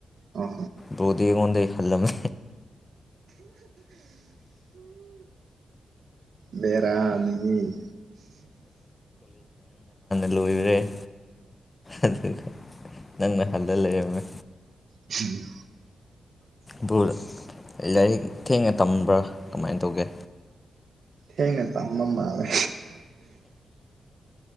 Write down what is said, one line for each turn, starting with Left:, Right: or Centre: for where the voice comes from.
Right: ꯑꯣ
Left: ꯗꯣ ꯇꯒ ꯍꯗ ꯍꯜꯂꯃꯦ
Right: ꯃꯦꯔꯥꯅꯤꯅꯦ
Left: ꯂꯣꯏ꯭ꯔꯦ ꯑꯗꯨꯒ ꯅꯪꯅ ꯍꯜꯂ ꯂꯩꯔꯝꯃꯦ
Right: ꯎꯍꯨꯝ
Left: ꯕꯨꯜ ꯂꯥꯏꯔꯤꯛ ꯊꯦꯡꯅ ꯇꯝꯕ꯭ꯔꯥ ꯀꯃꯥꯏꯟ ꯇꯧꯒꯦ
Right: ꯊꯦꯡꯅ ꯇꯃ ꯃꯥꯂꯦ